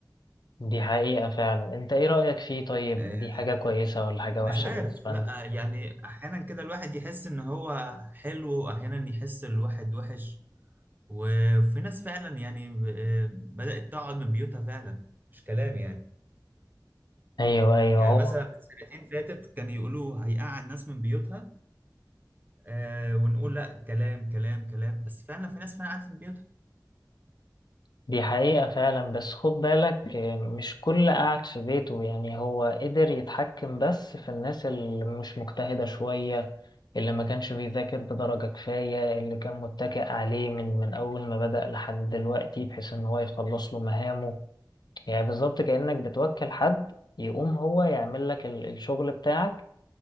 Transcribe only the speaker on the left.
دي حقيقة فعلا انت ايه رأيك فيه طيب
دي حاجة كويسة ولا حاجة
وحشة
بالنسبة
لنا
ايوه ايوه
هو
دي حقيقة فعلا بس خد بالك آه، مش كل قاعد في بيته يعني هو قدر يتحكم بس في الناس اللي مش مجتهدة شوية اللي ما كانش بيذاكر بدرجة كفاية اللي كان متكئ عليه من من أول ما بدأ لحد دلوقتي بحيث إن هو يخلص له مهامه يعني بالظبط كأنك بتوكل حد يقوم هو يعمل لك ال- الشغل بتاعك